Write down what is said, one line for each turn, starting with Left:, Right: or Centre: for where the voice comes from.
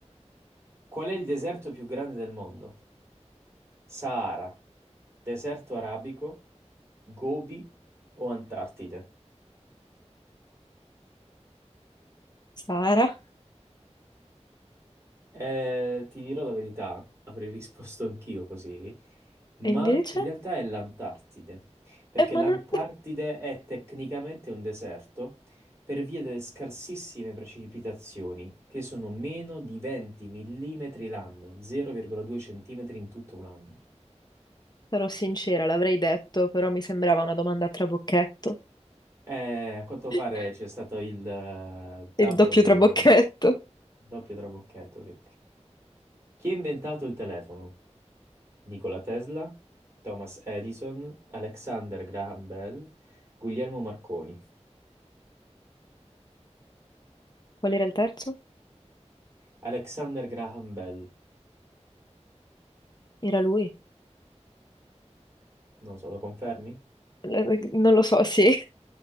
Right: Qual è il deserto più grande del mondo? Sahara, deserto arabico, Gobi o Antartide?
Left: Sara.
Right: Eh, ti dirò la verità, avrei risposto anch'io così, ma
Left: E invece?
Right: in realtà è l'Antartide, perché
Left: Eh, ma
Right: l'Antartide
Left: non
Right: è tecnicamente un deserto per via delle scarsissime precipitazioni, che sono meno di 20 millimetri l'anno, 0,2 centimetri in tutto un anno.
Left: sarò sincera, l'avrei detto, però mi sembrava una domanda a trabocchetto.
Right: Eh, a quanto pare
Left: <laughs>
Right: c'è stato il eh, double,
Left: Il doppio trabocchetto.
Right: doppio trabocchetto, sì. Chi ha inventato il telefono? Nikola Tesla, Thomas Edison, Alexander Graham Bell, Guglielmo Marconi.
Left: Qual era il terzo?
Right: Alexander Graham Bell,
Left: Era lui.
Right: non lo so, lo confermi?
Left: Eh, eh, Non lo so, sì,